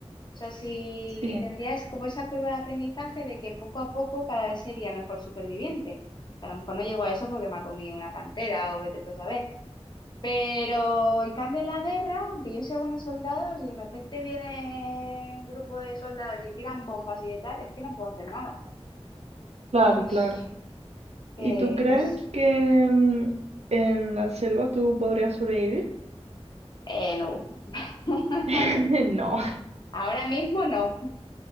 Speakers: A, on the left; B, on the right.
A: O sea, si,
B: sí.
A: y tendría es como esa curva de aprendizaje de que poco a poco cada vez sería mejor superviviente. A lo mejor no llego a eso porque me ha comido una pantera o vete tú a saber. Pero en cambio en la guerra, aunque yo sea buena soldado, si de repente viene un grupo de soldados y tiran bombas y de tal, es que no puedo hacer nada.
B: Claro,
A: Entonces,
B: claro.
A: que
B: ¿Y tú crees
A: es,
B: que mm, en la selva tú podrías sobrevivir?
A: eh, no, <laughs>
B: <laughs> No.
A: ahora mismo no,